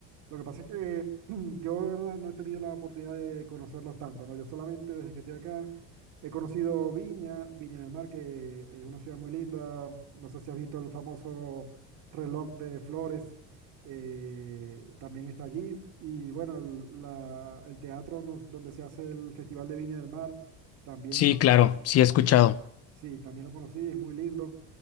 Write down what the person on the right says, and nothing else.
Lo que pasa es que <clears throat> yo de verdad no he tenido la oportunidad de conocerlos tanto, ¿no? Yo solamente desde que estoy acá he conocido Viña, Viña del Mar, que es una ciudad muy linda. No sé si has visto el famoso reloj de flores, eh, también está allí. Y bueno, el, la- el teatro nos- donde se hace el Festival de Viña del Mar, también
lo,
lo-
también lo, sí, también lo conocí, es muy lindo.